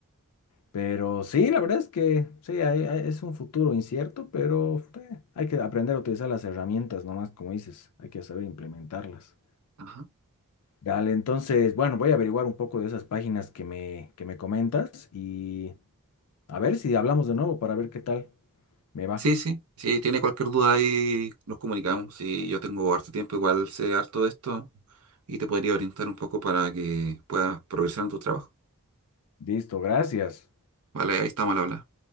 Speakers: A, on the left; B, on the right.
A: Pero sí, la verdad es que sí, hay- hay- es un futuro incierto, pero eh, hay que aprender a utilizar las herramientas nomás, como dices, hay que saber implementarlas.
B: Ajá.
A: Dale, entonces, bueno, voy a averiguar un poco de esas páginas que me, que me comentas y a ver si hablamos de nuevo para ver qué tal me va.
B: Sí, sí, si tiene cualquier duda ahí nos comunicamos. Si yo tengo harto tiempo, igual sé harto de esto y te podría orientar un poco para que puedas progresar en tu trabajo.
A: Listo, gracias.
B: Vale, ahí estamos al hablar.